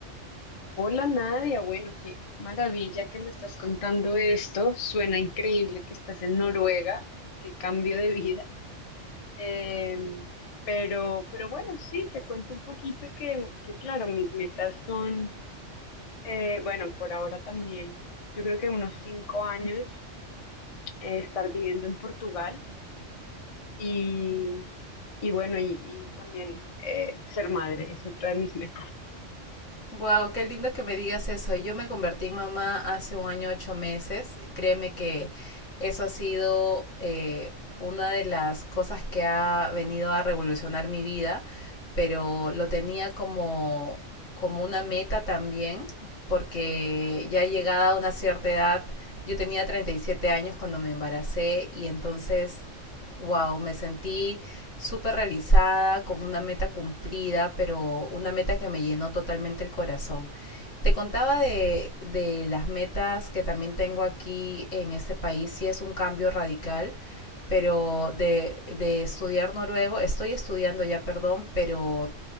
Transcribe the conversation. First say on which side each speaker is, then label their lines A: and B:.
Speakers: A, on the left; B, on the left.
A: Hola Nadia, bueno, qué maravilla que me estás contando esto. Suena increíble que estás en Noruega, qué cambio de vida. Em, pero, pero bueno, sí, te cuento un poquito que, que claro, mis metas son, eh, bueno, por ahora también, yo creo que unos cinco años eh, estar viviendo en Portugal y, y bueno, y, y también eh, ser madre es otra de mis metas.
B: Wow, qué lindo que me digas eso. Yo me convertí en mamá hace un año ocho meses. Créeme que eso ha sido eh, una de las cosas que ha venido a revolucionar mi vida, pero lo tenía como, como una meta también, porque ya llegada a una cierta edad, yo tenía 37 años cuando me embaracé y entonces, wow, me sentí súper realizada, con una meta cumplida, pero una meta que me llenó totalmente el corazón. Te contaba de, de las metas que también tengo aquí en este país, sí es un cambio radical, pero de, de estudiar noruego, estoy estudiando ya, perdón, pero